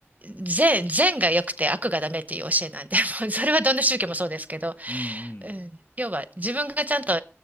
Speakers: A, on the right; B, on the left.
A: 善、善が良くて悪がダメっていう教えなんで、<laughs> もうそれはどんな宗教もそうですけど、
B: うん、うん。
A: うん、要は自分がちゃんと